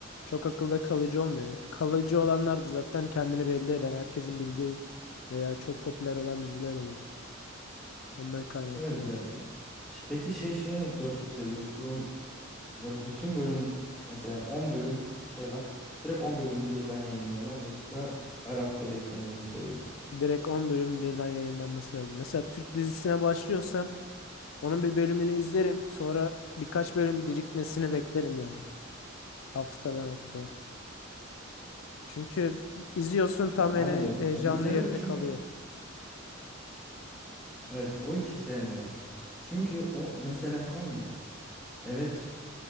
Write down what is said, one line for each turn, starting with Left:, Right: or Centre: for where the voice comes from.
Left: çok akılda kalıcı olmuyor. Kalıcı olanlar da zaten kendini belli eden, herkesin bildiği veya çok popüler olan diziler oluyor. Ondan kaynaklı
Centre: Evet
Left: bence.
Centre: ya bi- peki şey için mi daha çok seviyorsun? Böyle bütün bölüm mesela 10 bölüm şey var. Direkt 10 bölümü birden yayınlıyorlar. Yoksa her hafta beklemeyi mi seviyorsun?
Left: Direkt 10 bölüm birden yayınlanması lazım. Mesela Türk dizisine başlıyorsam onun bir bölümünü izlerim. Sonra birkaç bölüm birikmesini beklerim yani. Haftadan haftaya. Çünkü izliyorsun tam
Centre: Ya ben
Left: en
Centre: de
Left: heyecanlı
Centre: o- bir izledim
Left: yerinde
Centre: çünkü
Left: kalıyor.
Centre: evet o işi sevmiyorum. Çünkü o mesela tamam mı? Evet